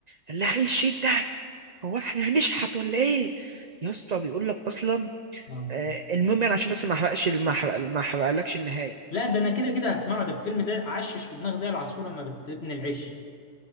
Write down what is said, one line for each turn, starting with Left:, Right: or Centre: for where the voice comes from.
Right: قال لها ايه الشيك ده هو احنا هنشحت ولا ايه يا اسطى بيقول لك اصلا
Left: اه
Right: آه المهم يعني عشان بس ما احرقش ما احرق ما احرقلكش النهاية
Left: لا ده انا كده كده هسمعه ده الفيلم ده عشش في دماغ زي العصفوره لما بتبني العش